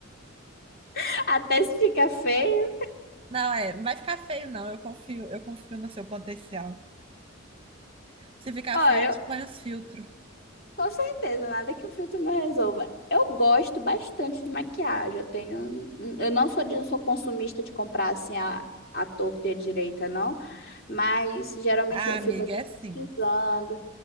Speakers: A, on the left; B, on the right.
A: <laughs> Até se ficar feio.
B: Não, é, não vai ficar feio, não. Eu confio, eu confio no seu potencial. Se ficar
A: Ó,
B: feio,
A: eu,
B: a gente põe os filtros.
A: Com certeza, nada que o filtro não resolva. Eu gosto bastante de maquiagem. Eu tenho, um- um- eu não sou, de- não sou consumista de comprar assim a, a torta e a direita, não. Mas geralmente
B: Ah,
A: eu
B: amiga,
A: fico assim,
B: é assim.
A: pesquisando.